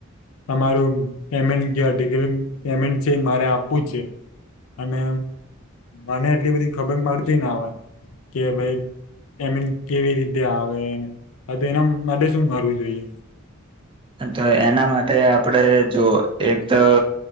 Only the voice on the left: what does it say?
તમારું પેમેન્ટ જે પેમેન્ટ છે મારે આપવું છે અને મને એટલી બધી ખબર પડતી ના હોય કે ભાઈ પેમેન્ટ કેવી રીતે આવે તો એના માટે શું કરવું જોઈએ